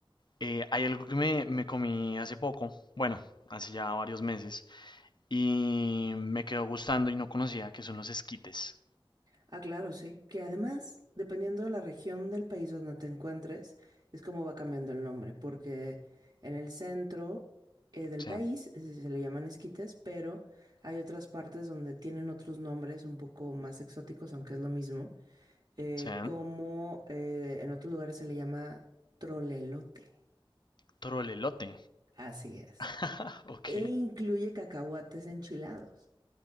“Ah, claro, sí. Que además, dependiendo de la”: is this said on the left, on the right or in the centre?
Right